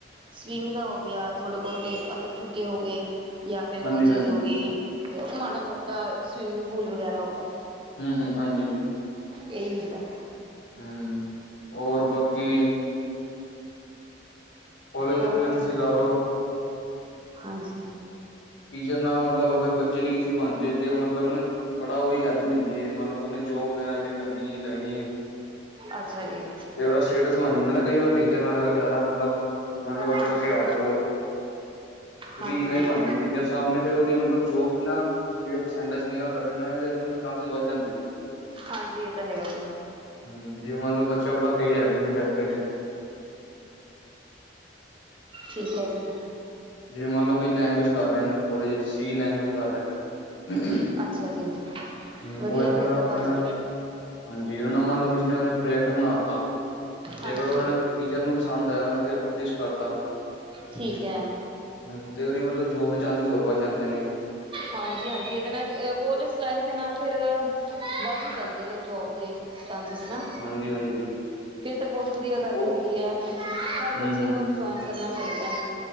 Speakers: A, on the right (about 30°); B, on the left (about 90°).
A: ਸਵਿੰਗ ਦਾ ਹੋ ਗਿਆ ਥੋੜੇ ਬੌਤੇ ਅਦਰ ਝੂਟੇ ਹੋ ਗੇ ਯਾਂ ਫੇਰ
B: ਹਾਂਜੀ-ਹਾਂਜੀ,
A: ਓ ਚੀਜ਼ ਹੋ ਗੀ ਮਾੜਾ ਮੋਟਾ ਸਵੀਮਿੰਗ ਪੂਲ ਵਗੈਰਾ ਹੋ ਗੇਆ।
B: ਹੂੰ-ਹੂੰ ਹਾਂਜੀ।
A: ਏਹੀ ਹੁੰਦਾ ਐ।
B: ਹੂੰ ਹੋਰ ਬਾਕੀ ਕੌਲਜ
A: ਹੋਰ
B: ਵਿੱਚ ਵੀ
A: ਹੋਰ
B: ਤੁਸੀਂ
A: ਕੀ
B: ਲਾ ਲਓ
A: ਹਾਂਜੀ
B: ਟੀਚਰ ਨਾ ਮਤਲਬ ਅਗਰ ਬੱਚੇ ਦੀ ਕਿਸੀ ਬਣ ਜੇ ਤੇ ਲਬ ਓਨੂੰ ਬੜਾ ਓਹੀ ਹੈਲਪ ਮਿਲਦੀ ਏ ਮਤਲਬ ਜੋਬ ਵਗੈਰਾ ਕਰਨੀ ਏ ਲੱਗਣੀ ਏ
A: ਅੱਛਾ ਜੀ।
B: ਜੇ ਓਦਾ ਸਟੇਟਸ ਬਣ ਜਾਂਦਾ ਨਾ ਕਈ ਵਾਰ ਟੀਚਰ ਨਾਲ ਅ ਜ਼ਿਆਦਾ ਮਤਲਬ ਮਲ ਬੱਚਾ
A: ਹਾਂਜੀ
B: ਹਛੀਆਰ ਆ ਬੌਤ, ਓਦੀ
A: ਹਾਂਜੀ
B: ਈਮੇਜ ਬਣਜੇ ਯ ਸਾਹਮਣੇ ਫੇਰ ਉਹਦੀ ਮਤਲਬ ਜੋਬ ਨਾ ਜਿਹੜੇ ਪਰਸੈਂਟਜ ਨੇ ਉਹ ਲੱਗ ਨੇ ਉਹਨਾਂ ਦੇ ਚਾਂਸਿਸ ਵੱਧ ਜਾਂਦੇ ਨੇ।
A: ਹਾਂਜੀ ਏ ਤਾਂ ਹੈਗਾ ਜੀ।
B: <unintelligible>
A: ਠੀਕ ਐ ਜੀ।
B: ਜਿਵੇਂ ਮੰਨ ਲਓ, ਕਿ ਲੈਂਗੁਏਜ ਕਰ ਰਹੇ ਨੇ ਕੋਲਜ ਵਿੱਚ ਸੀ, ਲੈਂਗੁਏਜ ਕਰ ਰਹੇ ਨੇ।
A: ਅੱਛਾ ਜੀ।
B: ਹੂੰ ਉਹ-ਉਹ
A: ਵਧੀਆ ਫਿਰ ਤਾਂ ਭਾਜੀ
B: ਹਾਂਜੀ ਉਹਨਾਂ ਮੰਨ ਲਓ, ਕਿਸ ਨੇ ਉਹਨੇ ਪ੍ਰੋਜੈਕਟ ਬਣਾ ਤਾ। ਤੇ
A: ਹਾਂਜੀ
B: ਅਗਰ ਉਹਨਾਂ ਨੇ ਟੀਚਰ ਨੂੰ ਪਸੰਦ ਆਇਆ, ਉਹਨੇ ਅੱਗੇ ਪਬਲਿਸ਼ ਕਰਤਾ।
A: ਠੀਕ ਹੈ।
B: ਹੂੰ, ਤੇ ਉਹਦੀ ਮਤਲਬ ਜੋਬ ਦੇ ਚਾਂਸਿਸ ਹੋਰ ਵੱਧ ਜਾਂਦੇ ਨੇ।
A: ਹਾਂਜੀ-ਹਾਂਜੀ, ਇਹਦੇ ਨਾਲ ਕੋਲੇਜ ਲਾਈਫ ਦੇ ਨਾਲ ਫਿਰ। ਵੱਧ ਏ ਜਾਂਦੇ ਨੇ ਜੋਬ ਦੇ। ਤਾਂਜੀਸ ਨਾ
B: ਹਾਂਜੀ-ਹਾਂਜੀ,
A: ਫੇਰ ਤਾਂ ਬਹੁਤ ਵਧੀਆ ਗੱਲ
B: ਬਹੁਤ
A: ਹੈਗੀ ਹੈ। ਹਰ
B: ਹੂੰ-ਹੂੰ,
A: ਬੱਚੇ ਨੂੰ ਜੁਆਇਨ ਕਰਨਾ ਚਾਹੀਦਾ ਹੈ।